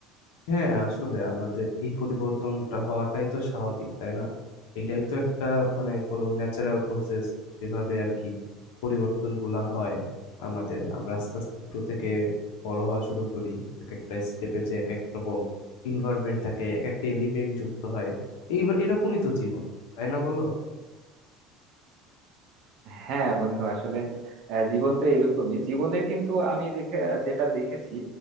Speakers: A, on the left; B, on the right.
A: হ্যাঁ আসলে আমাদের এই পরিবর্তনটা হওয়াটাই তো স্বাভাবিক তাই না এইটাই তো একটা মানে কোনো ন্যাচারাল প্রসেস যেভাবে আর কি পরিবর্তন গুলা হয় আমাদের আমরা আস্তে আস্তে ছোট থেকে বড় হওয়া শুরু করি এক একটা স্টেপে যে এক এক রকম ইনভায়রনমেন্ট থাকে এক একটা এলিমেন্ট যুক্ত হয় এইবার এরকমই তো জীবন তাই না বলো
B: হ্যাঁ বন্ধু আসলে আহ, জীবন তো এরকমই জীবনের কিন্তু আমি যেখে- যেটা দেখেছি